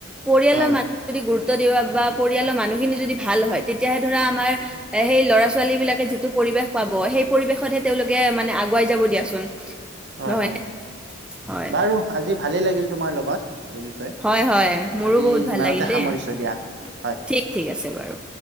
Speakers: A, in the centre; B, on the right.
A: পৰিয়ালৰ
B: হয়
A: মানুহ যদি গুৰুত্ব দিয়া বা পৰিয়ালৰ মানুহখিনি যদি ভাল হয় তেতিয়াহে ধৰা আমাৰ। এ সেই ল'ৰা ছোৱালী বিলাকে যিটো পৰিৱেশ পাব সেই। পৰিৱেশতহে তেওঁলোকে মানে আগুৱাই যাব দিয়াচোন।
B: হয়
A: নহয়
B: হয়
A: নে হয়
B: বাৰু আজি ভালেই লাগিল তোমাৰ লগত। এই বিষয়ে
A: হয় হয় মোৰো
B: আজি
A: বহুত
B: সিমানতে
A: ভাল লাগিল দেই
B: সামৰিছো দিয়া। হয়
A: ঠিক ঠিক আছে বাৰু।